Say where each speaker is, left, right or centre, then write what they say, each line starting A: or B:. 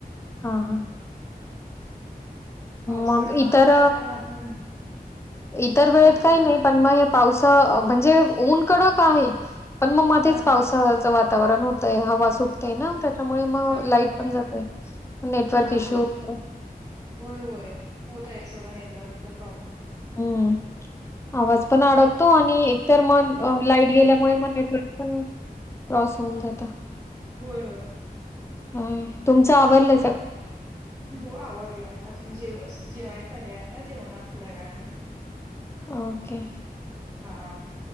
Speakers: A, on the left (about 15°); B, on the right (about 20°).
A: हा हा.
B: पावसाळा
A: मग
B: चालू
A: इतर
B: झाला पण अजून
A: इतर वेळेत
B: पावसाच
A: काही नाही पण मग पावस. म्हणजे ऊन कडक आहे. पण मग मध्येच
B: हा
A: पावसाचं वातावरण होतय हवा सुटते. ना त्याच्यामुळे मग
B: होय
A: लाईट
B: होय
A: पण जातय. नेटवर्क
B: हा
A: इश्यू
B: हा
A: होतो.
B: होय. होय होत आहे सोडा नेटवर्कचा प्रॉब्लेम.
A: हम् आवाज पण अडकतो आणि. तर मग लाईट गेल्यामुळे मग नेटवर्क पण क्रॉस होऊन जात
B: होय होय.
A: अ तुमच आवरल.
B: हो आवरलाय अजून जेव जेवायच आहे आता जेवणार थोड्या वेळाने.
A: ओके.
B: हा